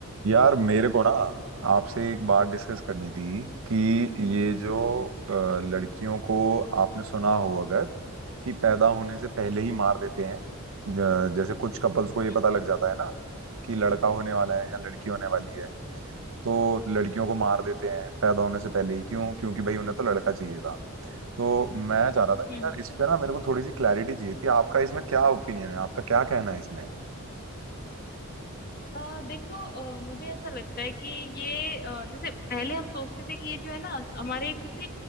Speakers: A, on the right (about 65°); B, on the left (about 45°).
A: यार मेरे को ना आपसे एक बात डिस्कस करनी थी कि ये जो अ, लड़कियों को आपने सुना हो अगर कि पैदा होने से पहले ही मार देते हैं अ, जैसे कुछ कपल्स को ये
B: हम्म
A: पता लग जाता है ना कि लड़का होने वाला है या लड़की होने वाली है तो लड़कियों को मार देते हैं पैदा होने से पहले ही क्यों क्योंकि भाई उन्हें तो लड़का चाहिए था तो मैं चाह रहा था कि
B: हम्म,
A: यार इस पे ना मेरे को थोड़ी सी क्लैरिटी चाहिए थी आपका इसमें क्या ओपिनियन है आपका क्या कहना है इसमें
B: अ देखो अ, मुझे ऐसा लगता है कि ये अ, जैसे पहले हम सोचते थे कि ये जो है ना हमारे किसी